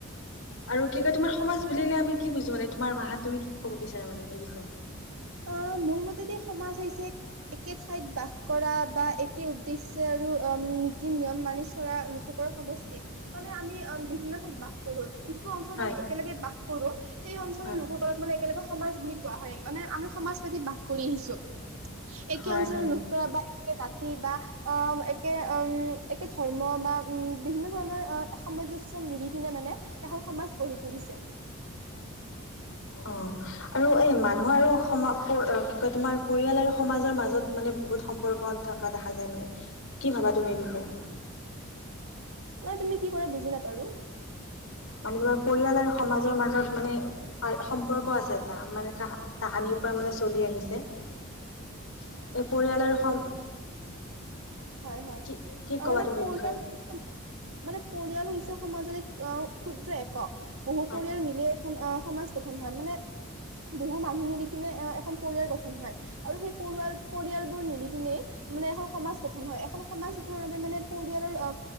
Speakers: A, on the left; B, on the right.
A: আৰু কি কয় তোমাৰ সমাজ বুলিলে আমি কি বুজো? মানে তোমাৰ ভাষাত তুমি কি কব বিচাৰা মানে এই বিষয়ে
B: অহ ', মোৰ মতেদি সমাজ হৈছে, একে ঠাইত বাস কৰা বা একে উদ্দেশ্যে আৰু নীতি নিয়ম মানি চৰা লোকসকলৰ সমষ্টি মানে আমি বিভিন্ন ঠাইত বাস কৰোঁ। যিটো অঞ্চলত
A: হয়
B: আমি একেলগে বাস কৰো সেই অঞ্চলৰ
A: হয়
B: লোকসকলক মানে একেলগে সমাজ বুলি কোৱা হয়। মানে আমি সমাজ পাতি বাস কৰি আহিছো। একে
A: হয়
B: অঞ্চলৰ
A: হয়
B: লোক কৰা বা একে জাতি বা আহ একে উম একে ধৰ্ম বা উম বিভিন্ন ধৰণৰ সামঞ্জস্য মিলি পিনে মানে এখন সমাজ গঢ়ি তুলিছে।
A: অ আৰু এই মানুহ আৰু সম কি কয় তোমাৰ পৰিয়াল আৰু সমাজৰ মাজত মানে বহুত সম্পৰ্ক থকা দেখা যায় মানে কি ভাবা তুমি বিষয়ে
B: অ তুমি কি কৰা বুজি নাপাৰো।
A: মানে তোমাৰ পৰিয়াল আৰু সমাজৰ মাজত মানে সম্পৰ্ক আছে। এটা মানে কাহ তাহানিৰ পৰা মানে চলি আহিছে। এই পৰিয়ালৰ সম
B: হয়-হয়
A: কি কি
B: তা
A: ক'বা
B: মানে
A: তুমি
B: পৰিয়াল
A: এই বিষয়ে
B: মানে পৰিয়াল হৈছ সমাজলৈ অ ক্ষুদ্ৰ একক বহু
A: হয়
B: পৰিয়াল মিলিয়ে এখন অ সমাজ গঠন হয়। মানে বহু মানুহ মিলি কিনে এ এখন পৰিয়াল গঠন হয়। আৰু সেই পৰোৱাল পৰিয়ালবোৰ মিলি পিনে মানে এখন সমাজ গঠন হয়। এখন সমাজ গঠনৰ বাবে মানে পৰিয়ালৰ